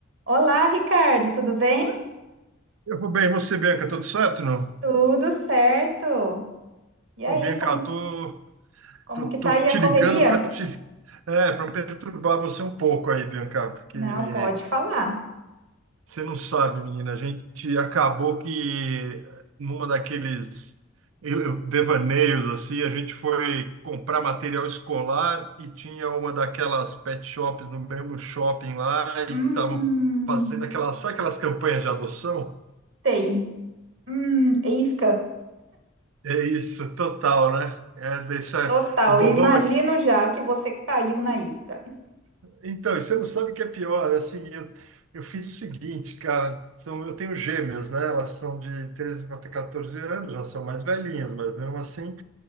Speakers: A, on the right; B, on the right.
A: Olá, Ricardo, tudo bem?
B: Eu vou bem, e você, Bianca, tudo certo, não?
A: Tudo certo. E
B: Pô,
A: aí,
B: Bianca,
A: como,
B: eu tô,
A: como
B: tô,
A: que tá
B: tô
A: aí
B: te
A: a correria?
B: ligando para te, é, para perturbar você um pouco aí, Bianca, porque
A: Não, pode falar.
B: você não sabe, menina, a gente acabou que numa daqueles eu- eu- devaneios assim, a gente foi comprar material escolar e tinha uma daquelas pet shops no mesmo shopping lá
A: Hum,
B: e estavam fazendo aquelas, sabe aquelas campanhas de adoção?
A: sei. Hum, isca,
B: É isso, total, né? É, deixa
A: total.
B: o bobão
A: E imagino já que você caiu na isca.
B: Então, e você não sabe o que é pior. Assim, eu, eu fiz o seguinte, cara. São, eu tenho gêmeas, né? Elas são de 13 para 14 anos, já são mais velhinhas, mas mesmo assim.